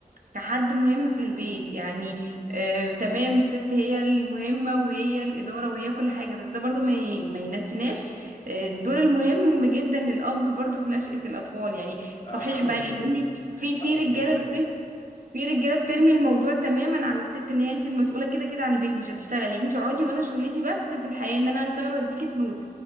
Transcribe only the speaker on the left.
آه، حقه
مهضوم
حقه
مهضوم دايما